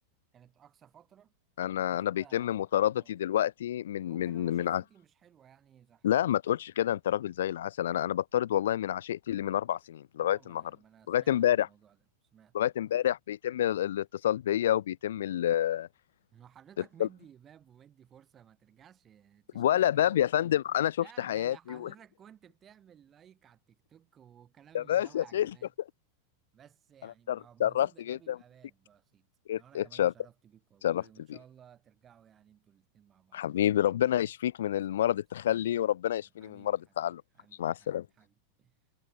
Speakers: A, on the right (about 25°); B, on the left (about 60°).
A: كانت اقصى فترة
B: انا
A: وبعد كده
B: انا بيتم مطاردتي
A: خلاص
B: دلوقتي
A: يعني
B: من
A: ممكن
B: من
A: انا شخصيتي
B: من ع...
A: مش حلوة يعني زي حضرتك
B: لا ما تقولش كده انت راجل زي العسل انا انا بطارد والله من عشيقتي اللي من اربع سنين لغايه
A: اه ما
B: النهارده
A: انا ما انا سمعت
B: لغايه امبارح
A: عن الموضوع ده سمعت
B: لغايه
A: عن الموضوع
B: امبارح
A: ده
B: بيتم ال- الاتصال بيا وبيتم ال-
A: ما حضرتك
B: الاتصال
A: مدي باب ومدي فرصة ما ترجعش تشتكي
B: ولا باب
A: ممكن
B: يا فندم انا شفت
A: لا
B: حياتي
A: لا لا حضرتك كنت بتعمل لايك على التيك توك وكلام
B: يا باشا
A: من ده واعجابات
B: شيله
A: بس يعني
B: انا
A: ما
B: تشر-
A: ما
B: تشرفت
A: دي ده
B: جدا
A: بيبقى باب
B: بيك
A: بسيط
B: ات-
A: انا
B: اتشرف
A: كمان اتشرفت بيك والله
B: تشرفت
A: وان
B: بيك
A: شاء الله ترجعوا يعني انتوا الاتنين مع بعض
B: حبيبي
A: ان شاء الله
B: ربنا يشفيك من
A: سلام
B: المرض التخلي
A: سلام
B: وربنا يشفيني
A: حبيبي
B: من مرض
A: حبيبي
B: التعلق
A: حبيبي
B: مع السلامة
A: حبيبي حبيبي